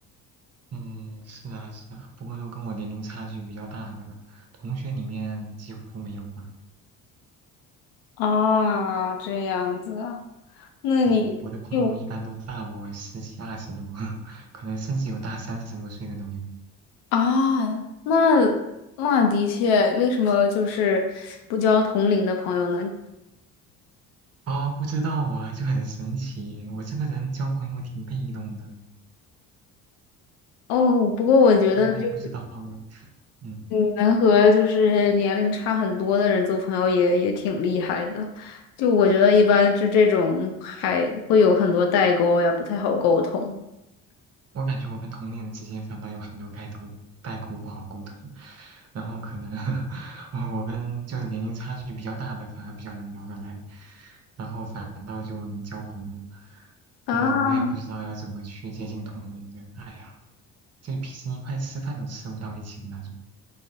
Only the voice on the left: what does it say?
啊。这样子啊，那你就
啊，那那的确，为什么就是不交同龄的朋友呢？
哦，不过我觉得就是
你能和就是年龄差很多的人做朋友也也挺厉害的。就我觉得一般就这种还会有很多代沟呀，不太好沟通。
啊